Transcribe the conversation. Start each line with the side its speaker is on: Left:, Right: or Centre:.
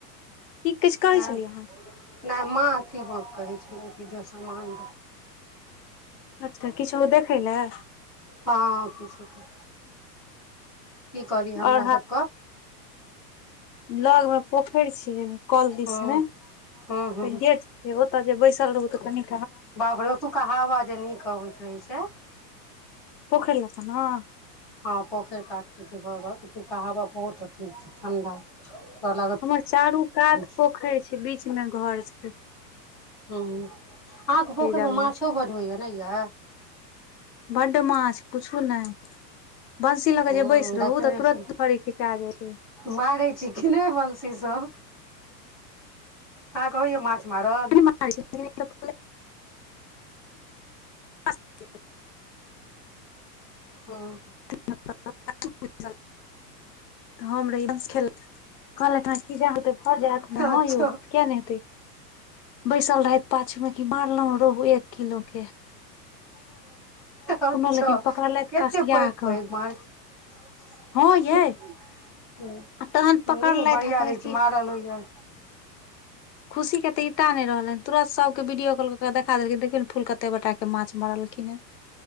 Left: की किछु कहै
Centre: नय।
Left: छलियै अहाँ
Centre: नय माँ अथी भ कहै छलै कि ज समान
Left: अच्छा किछो देखै लए।
Centre: हँ किछो कर, की कहलियै हमरा
Left: आओर
Centre: सबके।
Left: लगमे पोखरि छियई कल दिसमे
Centre: हूँ हूँ हूँ
Left: त गेट से ओतऽ जे बैसल रहु त कनि
Centre: बाप रे ओतुका हावा जे नीक अबैत रहै छैय।
Left: पोखरि लग स न।
Centre: हँ पोखैर कात के जे घर रहत ओतुका हवा बहुत अथी होइ छैय ठण्डा। त लागत
Left: हमर चारू कात
Centre: छै
Left: पोखैर छैय बीचमे घर छैय।
Centre: हू आहाँके पोखैरमे
Left: जगह
Centre: माछो बड होइए नै यै।
Left: बड्ड माछ पूछू नै। बंसी ल
Centre: हूँ
Left: के जे बैस
Centre: देखने
Left: रहू त तुरत
Centre: छलै
Left: उपर खिचा जाय हेतै।
Centre: मारै छी कि नहि बंशी स। अहाँके होइए माछ मारल।
Left: <inaudible> <inaudible>
Centre: हँ।
Left: <inaudible> हम रहिये <unintelligible> कहलैथ हन <inaudible> इ जे अहाँके भ जायत न, हँ
Centre: अच्छा
Left: यौ किया ने हेतै बैसल रहैथ पाछुमे की मारलहु रेहू एक किलोके।
Centre: अच्छा
Left: लेकिन पकड़लथि
Centre: एते
Left: कसिया
Centre: पैघ-पैघ
Left: कऽ
Centre: मारे छै।
Left: हँ यै
Centre: हुं-हुं
Left: आ तहन पकड़लथि
Centre: बढ़िया
Left: आ कहैत
Centre: रहै छै
Left: कि
Centre: मारल होईया।
Left: खुशी के तऽ ऐता नै रहलैन तुरत सबके वीडियो कॉल कऽ क देखा देलखिन देखी नै फूल कते बड़ टाके माछ मारलखिन हें।